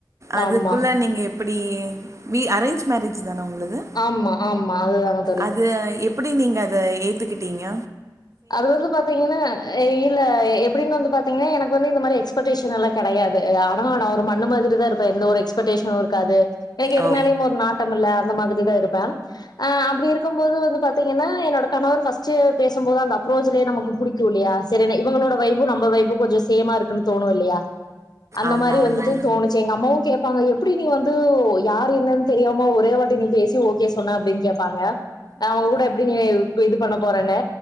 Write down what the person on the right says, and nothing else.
அதுக்குள்ள
நீங்க எப்படி வி அரேஞ்ச் மேரேஜ் தான உங்களுது
அது எப்படி நீங்க அத ஏத்துகிட்டிங்க
ஓ
ஆமா
ஆமா